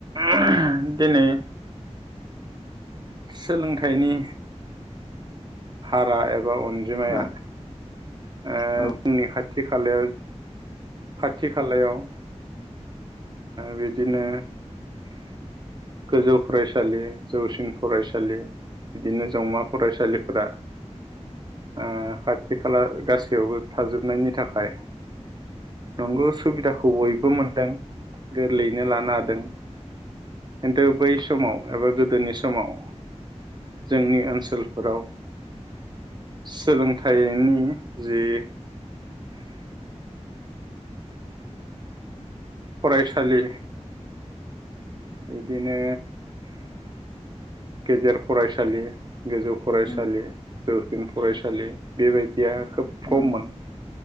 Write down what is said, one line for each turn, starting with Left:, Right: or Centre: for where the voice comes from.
Right: <inaudible> दिनै सोलोंथाइनि हारा ए एबा अनजिमाया।
Left: खोना
Right: ओ
Left: औ
Right: जोंनि खाथि <unintelligible> खाथि खालायाव। बिदिनो गोजौ फरायसालि जौसिन फरायसालि बिदिनो जौमा फरायसालिफोरा ओ खाथि खाला गासैयावबो थाजोबनायनि थाखाय। नंगौ
Left: औ
Right: सुबिदाखौ बयबो मोनदों। गोरलैयैनो लानो हादों खिन्थु बै समाव एबा गोदोनि समाव जोंनि ओनसोलफोराव सोलोंथाइनि जि फरायसालि। इदिनो गेजेर फरायसालि। गोजौ फरायसालि
Left: उम
Right: जौसिन‌ फरायसालि बेबायदि। खोब
Left: उम
Right: खममोन